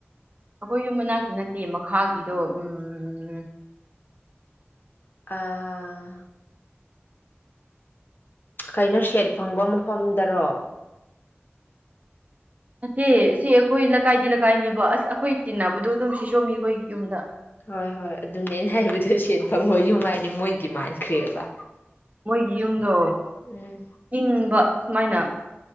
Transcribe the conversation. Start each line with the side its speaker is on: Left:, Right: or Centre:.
Right: ꯑꯩꯈꯣꯏ ꯌꯨꯝ ꯃꯅꯥꯛꯀꯤ ꯅꯠꯇꯦ ꯃꯈꯥꯒꯤꯗꯣ ꯎꯝ
Left: ꯑꯥ ꯀꯩꯅꯣ ꯁꯦꯠ ꯐꯪꯕ ꯃꯐꯝꯗꯔꯣ
Right: ꯅꯠꯇꯦ ꯁꯤ ꯑꯩꯈꯣꯏ ꯂꯩꯀꯥꯏꯗꯤ ꯂꯩꯀꯥꯏꯅꯦꯕ ꯑꯁ ꯑꯩꯈꯣꯏ ꯇꯤꯟꯅꯕꯗꯣ ꯑꯗꯨꯝ ꯁꯤ ꯁꯣꯝꯃꯤ ꯑꯩꯈꯣꯏꯒꯤ ꯌꯨꯝꯗ
Left: ꯍꯣꯏ ꯍꯣꯏ ꯑꯗꯨꯅꯦ ꯑꯩꯅ ꯍꯥꯏꯕꯗꯨ ꯁꯦꯟ ꯐꯪꯕ ꯌꯨꯝ ꯍꯥꯏꯗꯤ ꯃꯣꯏꯗꯤ ꯃꯥꯟꯈ꯭ꯔꯦꯕ
Right: ꯃꯣꯏꯒꯤ ꯌꯨꯝꯗꯣ
Left: ꯎꯝ
Right: ꯏꯪꯕ ꯁꯨꯃꯥꯏꯅ